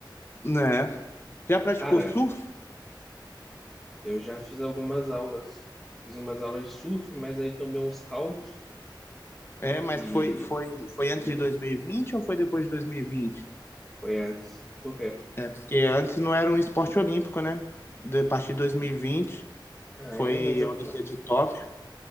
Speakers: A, on the left; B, in the centre.
A: Né? Já praticou
B: Cara,
A: surf?
B: eu já fiz algumas aulas. Fiz umas aulas de surf, mas aí tomei uns caldos
A: É, mas
B: e
A: foi, foi, foi
B: desisti.
A: antes de 2020 ou foi depois de dois mil e vinte
B: Foi antes. Por quê?
A: É, porque antes não era um esporte olímpico, né? De- A partir de 2020
B: Ah,
A: foi
B: é, mas eu,
A: a Olimpíada
B: fa-
A: de Tóquio,